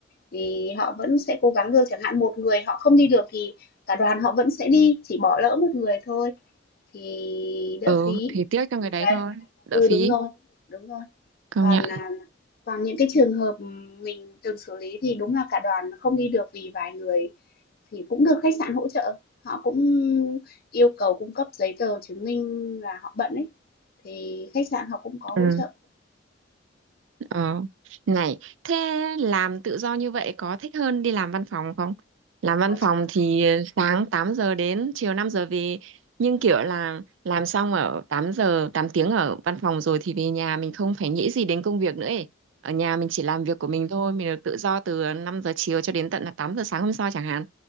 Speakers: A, on the left; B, on the right.
A: thì họ vẫn sẽ cố gắng được chẳng hạn một người họ không đi được thì cả đoàn họ vẫn sẽ đi chỉ bỏ lỡ một người thôi thì đỡ
B: ừ
A: phí
B: thì tiếc cho người đấy
A: đấy
B: thôi đỡ
A: ừ
B: phí
A: đúng rồi đúng rồi
B: công
A: còn,
B: nhận
A: à, còn những cái trường hợp, mình từng xử lý thì đúng là cả đoàn không đi được vì vài người thì cũng được khách sạn hỗ trợ, họ cũng yêu cầu cung cấp giấy tờ chứng minh là họ bận ấy, thì khách sạn họ cũng có
B: ừ
A: hỗ trợ,
B: Ờ. Này, thế làm tự do như vậy có thích hơn đi làm văn phòng không? Làm văn
A: có
B: phòng
A: chứ.
B: thì sáng 8 giờ đến chiều 5 giờ về, nhưng kiểu là làm xong ở 8 giờ, tám tiếng ở văn phòng rồi thì về nhà mình không phải nghĩ gì đến công việc nữa ấy. Ở nhà mình chỉ làm việc của mình thôi, mình được tự do từ 5 giờ chiều cho đến tận là 8 giờ sáng hôm sau chẳng hạn.